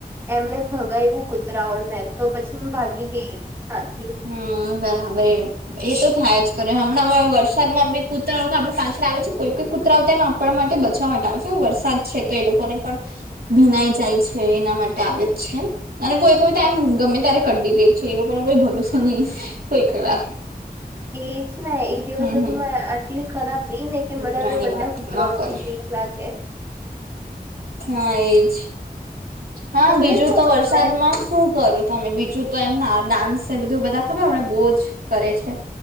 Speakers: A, on the right; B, on the right.
A: એમને ભગાવવું કૂતરાઓ ને તો પછી ભાગી ગઈ ત્યાંથી.
B: હમ બરાબર એ. એ તો થાય જ કરે હમણાં વરસાદ માં બી કૂતરા લોકો આપડે પાછળ આવે છે કોઈ કોઈ. કુતરાવતા એમ આપણ માટે બચવા માટે આવે છે વરસાદ છે તો એ લોકોને પણ ભીનાઈ જાય છે એના માટે આવે છે અને કોઈ. હું
A: હા
B: તેમ ગમે ત્યારે કડી રે છે એ લોકો નું કોઈ ભરોસો નહી કોઈ ક વાર.
A: એજ ને એ
B: હમ
A: દિવસો
B: હમ
A: તો આટલી ખરાબ બી ને કે
B: કૂતરાની
A: મને હવે બધા
B: વાત
A: કુતરાઓથી
B: ન કરે
A: બી. લાગે.
B: હા એજ હા
A: તમને
B: બીજું
A: શું
B: તો
A: ગમે
B: વરસાદમાં શું કરો. તમે બીજું તો એમના ડાન્સે બધું બધા ખબર એમના બો જ કરે છે.